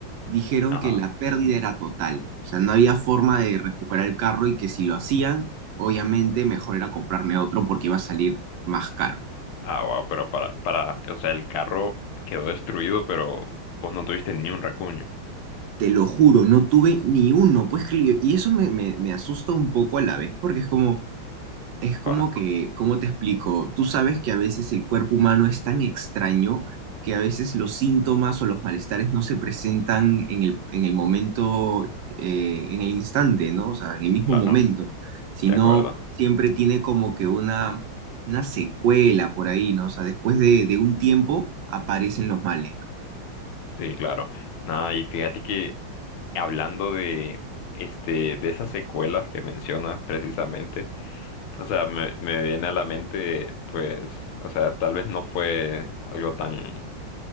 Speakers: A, on the right; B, on the left.
A: dijeron
B: Ajá.
A: que la pérdida era total, o sea, no había forma de recuperar el carro y que si lo hacían, obviamente mejor era comprarme otro porque iba a salir más caro.
B: Ah, wow, pero para, para, o sea, el carro quedó destruido, pero vos no tuviste ni un racuño.
A: Te lo juro, no tuve ni uno. Pues, cl- y eso me, me, me asusta un poco a la vez, porque es como, es como
B: Ah,
A: que, ¿cómo te explico? Tú sabes que a veces el cuerpo humano es tan extraño que a veces los síntomas o los malestares no se presentan en el, en el momento, eh, en el instante, ¿no? O sea, en el mismo
B: claro,
A: momento, sino
B: de acuerdo.
A: siempre tiene como que una, una secuela por ahí, ¿no? O sea, después de, de un tiempo aparecen los males, ¿no?
B: Sí, claro. Nada, y fíjate que hablando de, este, de esas secuelas que mencionas precisamente, o sea, me, me viene a la mente, pues, o sea, tal vez no fue algo tan,